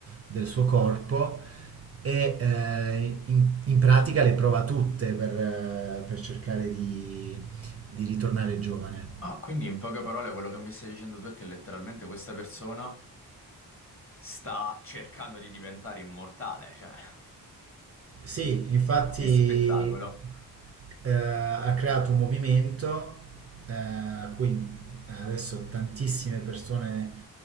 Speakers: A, on the right (about 35°); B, on the left (about 30°).
A: del suo corpo e eh, in, in pratica le prova tutte per, eh, per cercare di, di ritornare giovane.
B: Ah, quindi in poche parole quello che mi stai dicendo tu è che letteralmente questa persona sta cercando di diventare immortale, cioè,
A: Sì, infatti
B: che spettacolo.
A: eh, ha creato un movimento eh, a cui eh, adesso tantissime persone